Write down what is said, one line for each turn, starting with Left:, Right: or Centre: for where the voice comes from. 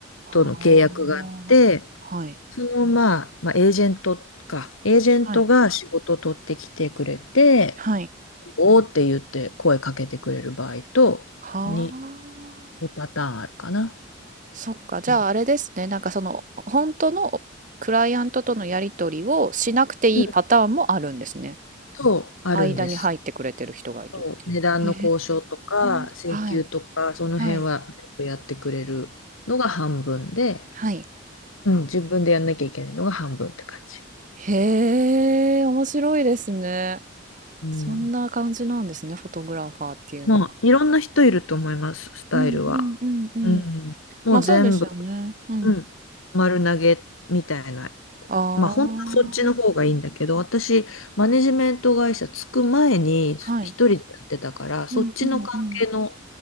Left: との契約があって、
Right: はあ。はい。
Left: その、まあ、まあ、エージェントか、エージェントが仕事を取ってきてくれて、
Right: はい。はい。
Left: おーって言って声かけてくれる場合と、
Right: はあ。
Left: 2、2パターンあるかな。
Right: そっか。じゃああれですね。
Left: う
Right: なんかその、本当のクライアントとのやり取りをしなくていいパターンもあるんですね。
Left: んそう、あるんです。
Right: 間に入ってくれてる人がいるっていう。
Left: そう、値段の交渉とか、
Right: へえ、
Left: 請求とか、
Right: はい、
Left: その辺は全部やってくれるのが半分で、
Right: はい、はい。
Left: うん、自分でやんなきゃいけないのが半分って感じ。
Right: へえ、面白いですね。
Left: うん。
Right: そんな感じなんですね、フォトグラファーっていうのは。
Left: まあ、いろんな人いると思います、スタイルは。
Right: うんうんうんうん。
Left: うん。もう全部、
Right: まあそうですよね。うん。
Left: うん、丸投げみたいな
Right: ああ、
Left: まあ本当はそっちの方がいいんだけど、私、マネジメント会社つく前に一人でやってたから、
Right: はい。
Left: そっちの関係の
Right: うんうんうん。